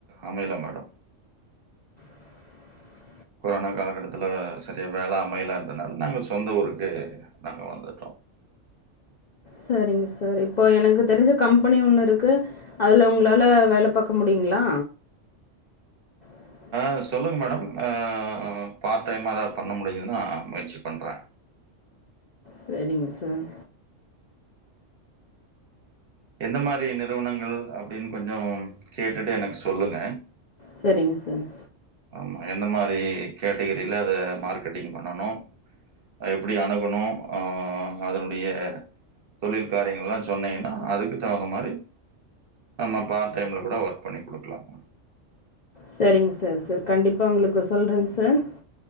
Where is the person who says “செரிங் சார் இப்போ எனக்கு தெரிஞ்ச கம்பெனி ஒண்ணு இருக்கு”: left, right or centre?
Left